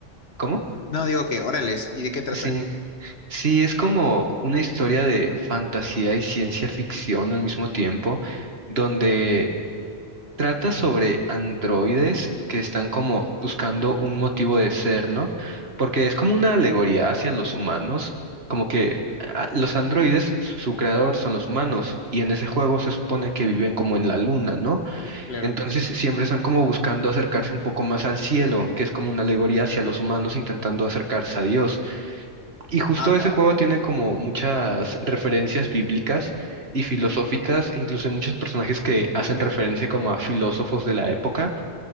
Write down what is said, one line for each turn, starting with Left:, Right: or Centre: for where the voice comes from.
Right: ¿cómo?
Left: No, digo que, órales, ¿y de qué trata?
Right: Sí, sí, es como una historia de fantasía y ciencia ficción al mismo tiempo, donde trata sobre androides que están como buscando un motivo de ser, ¿no? Porque es como una alegoría hacia los humanos, como que ah, los androides, su creador son los humanos, y en ese juego se supone que viven como en la luna, ¿no?
Left: Claro.
Right: Entonces siempre están como buscando acercarse un poco más al cielo, que es como una alegoría hacia los humanos intentando acercarse a Dios. Y justo
Left: Ah, wow.
Right: ese juego tiene como muchas referencias bíblicas y filosóficas, incluso hay muchos personajes que hacen referencia como a filósofos de la época.